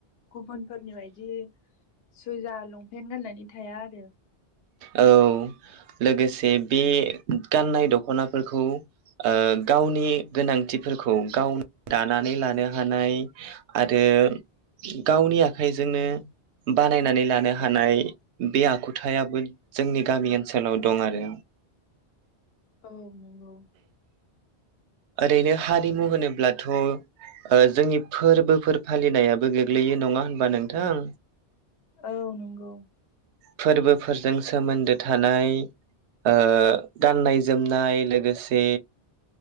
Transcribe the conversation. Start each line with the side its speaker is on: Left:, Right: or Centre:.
Left: गुबुनफोरनि बायदि सुइजार लंपेन्ट गाननाय थाया आरो।
Right: औ लोगोसे बे गाननाय दख'नाफोरखौ ओ गावनि गोनांथिफोरखौ गावनो दानानै लानो हानाय आरो गावनि आखाइजोंनो बानायनानै लानो हानाय बे आखुथायाबो जोंनि गामि ओनसोलाव दं आरो
Left: औ नंगौ।
Right: ओरैनो हारिमु होनोब्लाथ' ओ जोंनि फोरबोफोर फालिनायाबो गोग्लैयो नङा होनबा नोंथां?
Left: औ नंगौ।
Right: फोरबोफोरजों सोमोन्दो थानाय ओ गाननाय जोमनाय लोगोसे